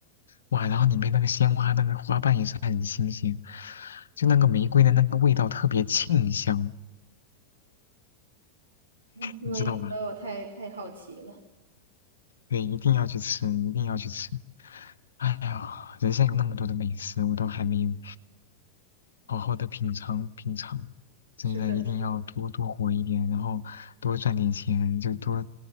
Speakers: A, on the left; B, on the right.
A: 哇，然后里面那个鲜花那个花瓣也是很新鲜，就那个玫瑰的那个味道特别沁香，
B: 嗯因为我太太好奇了。
A: 你知道吧？对，一定要去吃，一定要去吃。哎呀，人生有那么多的美食，我都还没有好好的品尝品尝。真的，
B: 是的，
A: 一定要多多活一点，
B: 是的。
A: 然后多赚点钱，就多，